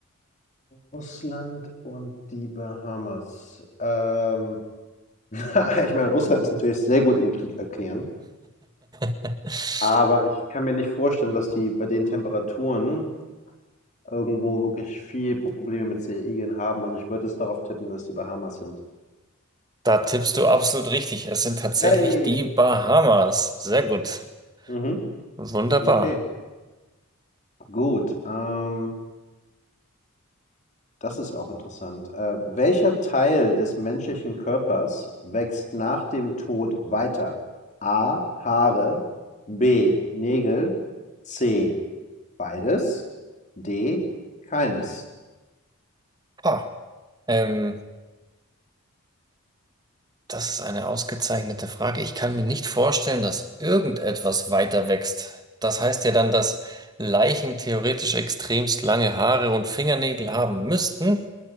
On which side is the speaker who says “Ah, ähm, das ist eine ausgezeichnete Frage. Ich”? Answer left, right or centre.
Right